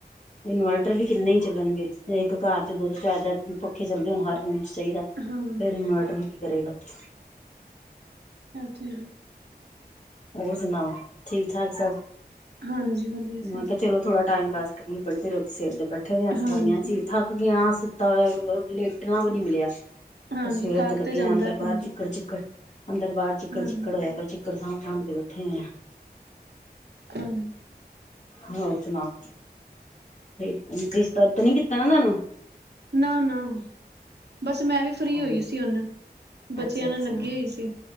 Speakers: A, on the left; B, on the right.
A: ਇਨਵਰਟਰ ਵੀ ਕਿੰਨੇ ਚੱਲਣਗੇ, ਇੱਕ ਘਰ ਚ ਦੋ ਦੋ ਚਾਰ ਚਾਰ, ਹੁਣ ਪੱਖੇ ਚੱਲਦੇ ਹੁਣ ਹਰ ਮਨ ਚਾਹੀਦਾ
B: ਹਾਂਜੀ
A: ਫੇਰ ਇਨਵਰਡਰ ਵੀ ਕੀ ਕਰੇਗਾ ਉਥੇ?
B: ਆ ਤੇ,
A: ਹੋਰ ਸੁਣਾਓ ਠੀਕ ਠਾਕ ਸਭ?
B: ਹਾਂਜੀ ਵਧੀਆ ਸਭ
A: ਮੈਂ ਕਿਹਾ ਚਲੋ, ਥੋੜਾ ਟਾਈਮ ਪਾਸ ਕਰੀਏ ਬੜੇ ਤੇਰ ਸਿਰ ਤੇ ਬੈਠੇ ਹੋ ਆ ਸਵਾਈਆਂ
B: ਹਾਂਜੀ
A: ਚ ਹੀ ਥੱਕ ਗਿਆ ਸੁੱਤਾ ਵ ਲੇਟਣਾ ਵੀ ਨੀ ਮਿਲਿਆ,
B: ਹਾਂਜੀ
A: ਸਵੇਰ
B: ਥੱਕ
A: ਤੇ ਲੱਗੇ
B: ਜਾਂਦਾ
A: ਅੰਦਰ
B: ਹੈ
A: ਬਾਹਰ
B: ਬੰਦਾ
A: ਚਿੱਕੜ ਚਿੱਕੜ, ਅੰਦਰ ਬਾਹਰ ਚਿੱਕੜ
B: ਹਾਂਜੀ
A: ਚਿੱਕੜ ਹੋਇਆ ਪਿਆ ਜੀ, <unintelligible>
B: <inaudible>
A: ਹੋਰ ਸੁਣਾਓ? ਡਿਸਟਬ ਨੀ ਕੀਤਾ ਨਾ ਤੁਹਾਨੂੰ,
B: ਨਾ-ਨਾ, ਬਸ ਮੈਂ ਵੀ ਫ੍ਰਰੀ
A: ਹਾਂਜੀ,
B: ਹੋਈ ਸੀ ਹੁਨ ਬੱਚਿਆਂ
A: ਅੱਛਾ-ਅੱਛਾ।
B: ਨਾਲ ਲੱਗੀ ਹੋਈ ਸੀ,